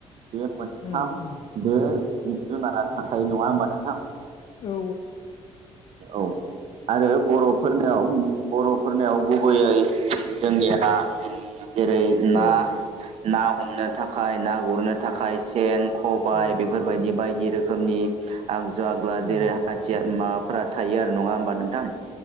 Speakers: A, on the right (about 60°); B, on the left (about 45°).
A: बे मोनथाम
B: उम उम
A: बे जिब जुनारा थाखायो नङा होमबा नोंथां
B: औ
A: औ आरो बर'फोरनिआव बर'फोरनिआव गुबैयै जोंनिआ जेरै ना
B: औ
A: ना हमनो थाखाय ना गुरनो थाखाय सेन खबाय
B: औ
A: बेफोरबायदि बायदि रोखोमनि आगजु आगला
B: उम
A: जेरै हाथियार मा फ्रा थायो आरो नङा होमबा नोंथां हो